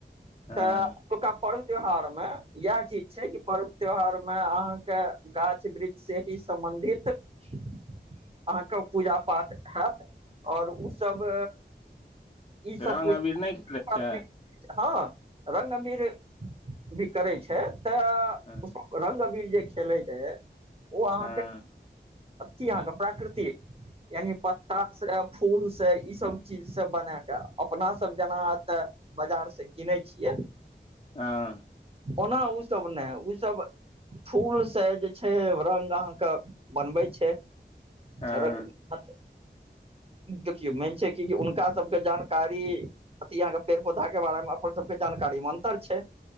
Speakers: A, on the left (about 35°); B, on the right (about 30°).
A: हँ
B: तऽ पर्व त्यौहार मे इह चीज छै कि पर्व त्यौहार मे अहाँकेँ गाछ वृक्ष से ही सम्बन्धित अहाँकेँ पूजा पाठ हत आओर ओसभ ई
A: तऽ
B: सभ
A: रंग
B: पूजा
A: अबीर नहि खेलै छै
B: प्रामिक हँ रगअबीर भी करै छै तऽ
A: हँ
B: ओसभ रगंअबीर जे खेलैत ह ओ अहाँकेँ
A: हँ
B: थी हग प्राकृतिक य पत्त फूल से ई सभ चीज से बना क अपना सभ जेना ते बजार से किनै छियै।
A: हँ।
B: ओना ओसभ नहि ओसभ। फूल से जे छै रंग अहाँकेँ बनबै छै रंग
A: हँ
B: देखियौ मेन छै, कि हुनका सभके जानकारी अ यहाँकेँ पेड़ पौधा के बारे मे अपन सभके जानकारी मे अन्तर छै